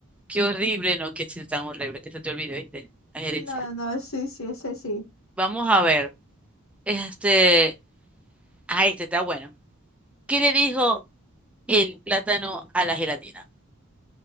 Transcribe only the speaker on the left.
No, no, sí, sí, ese sí.